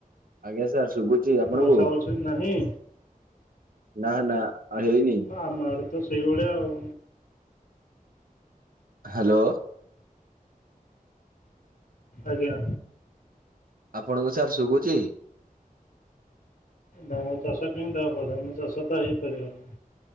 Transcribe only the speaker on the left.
ବର୍ଷା ବର୍ଷି ନାହିଁ
ଆମ ଆଡେତ ସେଇଭଳିଆ ଆଉ
ଆଜ୍ଞା।
ଧାନା ଚାଷ କେମିତି ହବ ଧାନ ଚାଷତ ହେଇପାରିବନି।